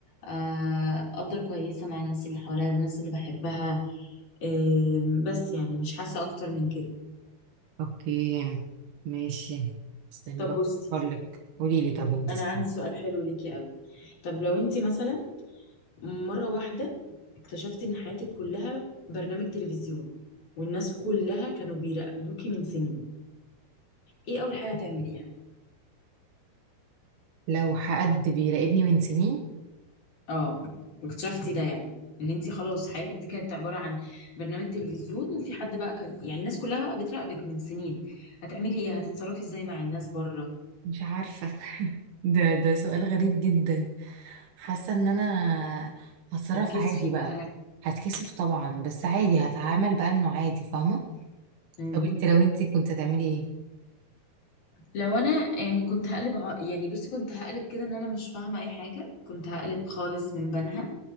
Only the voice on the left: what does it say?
آه، افضل كويسه مع الناس اللي حواليا والناس اللي بحبها آم، بس يعني مش حاسه اكتر من كده
طب
بصي
انا
عندي سؤال حلو ليكي قوي طب لو انت مثلا مره واحده اكتشفتي ان حياتك كلها برنامج تلفزيون والناس كلها كانوا بيراقبوكي من سنين ايه اول حاجه هتعمليها
اه واكتشفتي ده يعني ان انت خلاص حياتك دي كانت عباره عن برنامج تلفزيون وفي حد بقى كان يعني الناس كلها بقى بتراقبك من سنين هتعملي ايه هتتصرفي ازاي مع الناس بره
تتكسفي
بقى
مم.
لو انا يعني كنت هقلب ع- يعني بصي كنت هقلب كده ان انا مش فاهمه اي حاجه كنت هقلب خالص من بنها